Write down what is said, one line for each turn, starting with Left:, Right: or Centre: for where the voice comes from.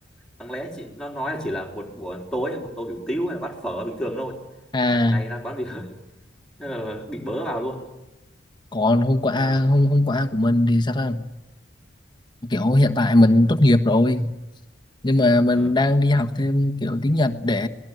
Centre: đáng lẽ chị nó nói là chỉ là một buổi tối một tô hủ tiếu hay là bát phở bình thường thôi
Left: à
Centre: đằng này ra quán bia <laughs> thế là bị bớ vào luôn
Left: còn hôm qua
Centre: ờ
Left: hôm hôm qua của mình thì sao ta kiểu hiện tại mình tốt nghiệp rồi nhưng mà mình
Centre: ờ
Left: đang đi học thêm kiểu tiếng Nhật để